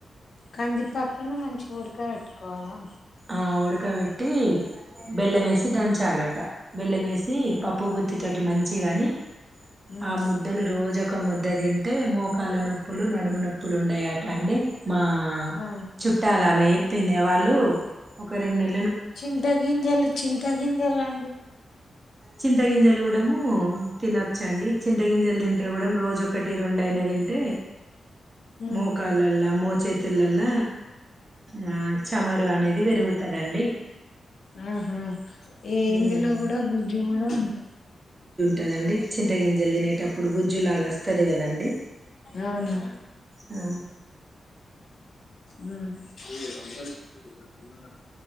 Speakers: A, on the left; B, on the right.
A: కందిపప్పును మంచిగ్ ఊడక వెట్కోవాలా
B: ఆ ఉడకవెట్టి బెల్లమేసి దంచాలట బెల్లమేస్ ది
A: ఉమ్
B: పప్పు గుత్తి తోట్ టి మంచిగని
A: ఉమ్
B: ఆ ముద్దలు రోజ్ ఒక్ ఒక ముద్ద తింటే మోకాల నొప్పులు, నడుము నొప్పులు ఉండయట అండి మా
A: ఆ
B: చుట్టాలమె యేప్ పిందేవాళ్ళు ఒక రెండ్ నెల్
A: చింత గింజలు చింత గింజల్ అండి
B: చింత గింజల్ గూడము తినచ్చండి చింత గింజల్ తింటే గుడం రోజు ఒకటి రోండైనా తింటే
A: ఉమ్
B: మోకాల్లాలా మో చేతులల్ల వాక్ చమరు అనేది వేర్గుతదండి
A: మ్హు ఏ ఇందులో
B: ఉమ్
A: గుడ గుజ్జు కూడ ఉంటయ్
B: కదండి చింత గింజల్ తినేటప్పుడు గుజ్జు లాగా అస్తది కదండి
A: అవును
B: ఆ
A: ఉమ్ <unintelligible> <unintelligible>